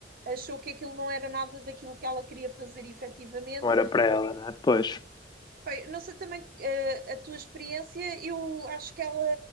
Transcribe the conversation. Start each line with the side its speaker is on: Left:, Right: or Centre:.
Right: achou que aquilo não era nada daquilo que ela queria fazer efetivamente
Left: Não era para ela, né? Pois.
Right: Bem, não sei também eh, a tua experiência, eu acho que ela,